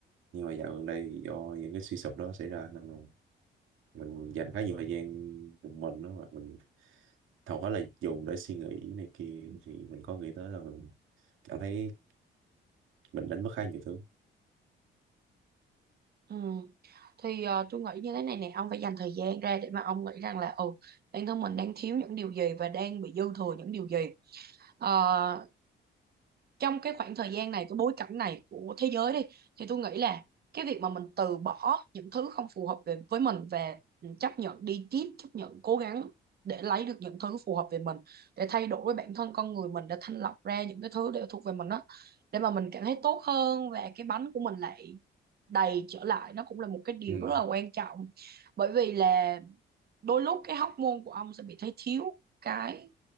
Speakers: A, on the right (about 85°); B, on the right (about 50°).
A: Nhưng mà dạo gần đây thì do những cái suy sụp đó xảy ra nên là mình dành khá nhiều thời gian một mình đó và mình hầu hết là dùng để suy nghĩ này kia thì mình có nghĩ tới là mình cảm thấy mình đánh mất khá nhiều thứ.
B: Ừ. Thì ờ, tôi nghĩ như thế này nè, ông phải dành thời gian ra để mà ông nghĩ rằng là ừ, bản thân mình đang thiếu những điều gì và đang bị dư thừa những điều gì. Ờ, trong cái khoảng thời gian này, cái bối cảnh này của thế giới đi, thì tôi nghĩ là cái việc mà mình từ bỏ những thứ không phù hợp về với mình và ừ, chấp nhận đi tiếp, chấp nhận cố gắng để lấy được những thứ phù hợp về mình, để thay đổi bản thân con người mình, để thanh lọc ra những cái thứ để thuộc về mình đó, để mà mình cảm thấy tốt hơn và cái bánh của mình lại đầy trở lại nó cũng là một cái điều
A: Ừ,
B: rất là quan trọng bởi vì là đôi lúc cái hormone của ông sẽ bị thấy thiếu cái